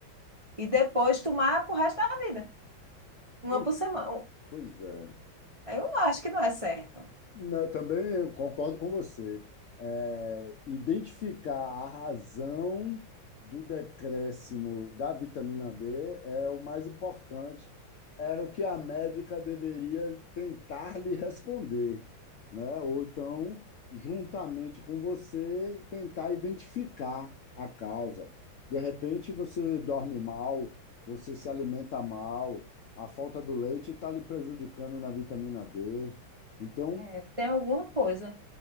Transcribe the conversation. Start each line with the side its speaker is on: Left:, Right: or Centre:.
Right: E depois tomar pro resto da vida, uma
Left: Pois,
Right: por semana.
Left: pois é.
Right: Eu não acho que não é certo.
Left: Não, eu também eu concordo com você. É, identificar a razão do decréscimo da vitamina D é o mais importante. Era o que a médica deveria tentar lhe responder, né? Ou então, juntamente com você, tentar identificar a causa. De repente, você dorme mal, você se alimenta mal, a falta do leite está lhe prejudicando na vitamina D. Então,
Right: É, tem alguma coisa.